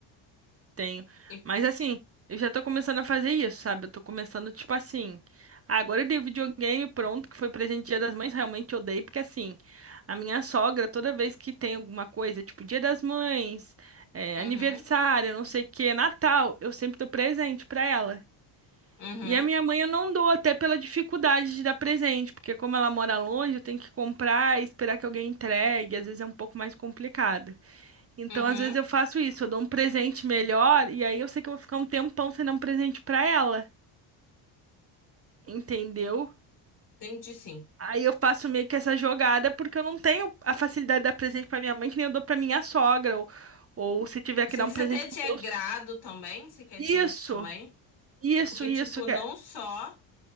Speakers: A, on the right; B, on the left.
A: tenho.
B: E-
A: Mas assim, eu já tô começando a fazer isso, sabe? Eu tô começando tipo assim, ah, agora eu dei o videogame pronto, que foi presente Dia das Mães, realmente eu dei, porque assim, a minha sogra toda vez que tem alguma coisa, tipo Dia das Mães, é,
B: Uhum,
A: aniversário, não sei o que, Natal, eu sempre tô presente pra ela.
B: uhum,
A: E a minha mãe eu não dou, até pela dificuldade de dar presente, porque como ela mora longe, eu tenho que comprar e esperar que alguém entregue, às vezes é um pouco mais complicado. Então,
B: uhum.
A: às vezes eu faço isso, eu dou um presente melhor e aí eu sei que eu vou ficar um tempão sem dar um presente pra ela, entendeu?
B: Entendi, sim.
A: Aí eu faço meio que essa jogada porque eu não tenho a facilidade de dar presente pra minha mãe, que nem eu dou pra minha sogra, ou, ou se tiver
B: Você
A: que dar
B: diz
A: um presente
B: até de
A: pro
B: agrado
A: meu...
B: também? Você quer
A: Isso,
B: dizer isso também?
A: isso,
B: Porque,
A: isso,
B: tipo, não
A: que é-
B: só.